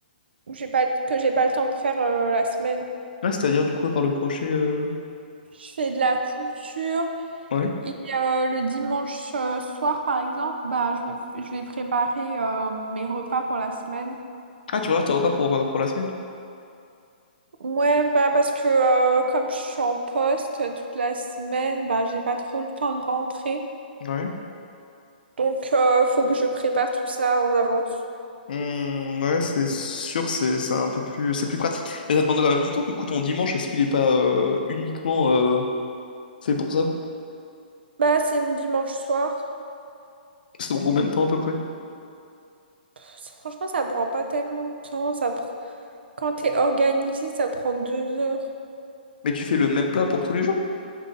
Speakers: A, on the right; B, on the left.
A: où j'ai pas, que j'ai pas le temps de faire euh, la semaine.
B: Là, c'est-à-dire du coup, à part le crochet, euh,
A: Je fais de la couture.
B: ouais.
A: Et euh, le dimanche euh, soir, par exemple, bah, je vais, je vais préparer euh, mes repas pour la semaine.
B: Ah, tu vois, tes repas pour, euh, pour la semaine?
A: Ouais, bah parce que euh, comme je suis en poste toute la semaine, bah j'ai pas trop le temps de rentrer.
B: Ouais.
A: Donc euh, faut que je prépare tout ça en avance.
B: Hmm, ouais, c'est sûr, c'est c'est un peu plus, c'est plus pratique. Mais ça demande quand même du temps. Du coup, ton dimanche, est-ce qu'il est pas euh, uniquement euh, fait pour ça?
A: Bah c'est dimanche soir.
B: C'est dans combien de temps à peu près?
A: Ça- Franchement, ça prend pas tellement de temps. Ça pr- Quand t'es organisé, ça prend deux heures.
B: Mais tu fais le même plat pour tous les jours?